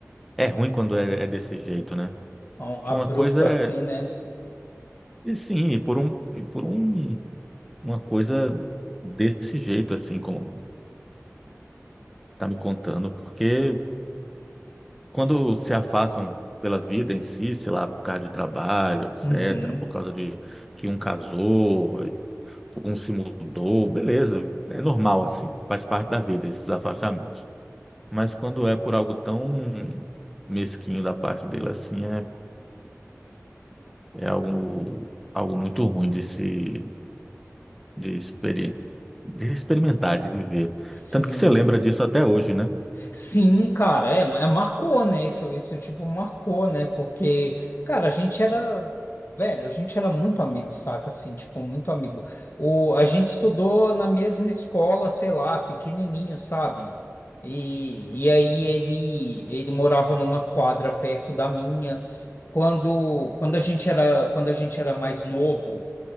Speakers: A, in the centre; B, on the left.
A: é ruim quando é, é desse jeito, né?
B: Um
A: Que
B: abrupto
A: uma coisa
B: assim,
A: é.
B: né?
A: E sim, e por um, e por um, uma coisa desse jeito, assim, como. está me contando, porque quando se afastam pela vida em si, sei lá, por causa de trabalho, etc.,
B: Uhum.
A: por causa de que um casou, um se mudou, beleza, é normal assim, faz parte da vida esses afastamentos. Mas quando é por algo tão mesquinho da parte dele assim, é, é algo, algo muito ruim de se de, experi de experimentar, de viver.
B: Sim.
A: Tanto que você lembra disso até hoje, né?
B: Sim, cara, é, é, marcou, né? Isso, isso, tipo, marcou, né? Porque, cara, a gente era, velho, a gente era muito amigo, saca? Assim, tipo, muito amigo. O, a gente estudou na mesma escola, sei lá, pequenininho, sabe? E, e aí ele, ele morava numa quadra perto da minha. Quando, quando a gente era, quando a gente era mais novo,